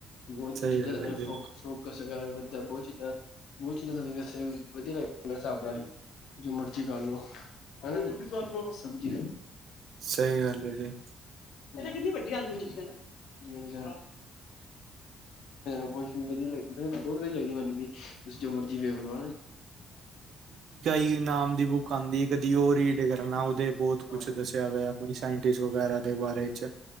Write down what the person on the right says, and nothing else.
ਸਹੀ
ਗੱਲ
ਹੈ ਜੀ
ਸਹੀ ਗੱਲ ਹੈ ਜੀ
ਈ ਨਾਮ ਦੀ ਬੁੱਕ ਆਉਂਦੀ ਕਦੀ ਉਹ ਰੀਡ ਕਰਨਾ ਉਹਦੇ ਬਹੁਤ ਕੁਛ
ਦੱਸਿਆ ਹੋਇਆ। ਸਾਇੰਟਿਸਟ ਵਗੈਰਾ ਦੇ ਬਾਰੇ ਚ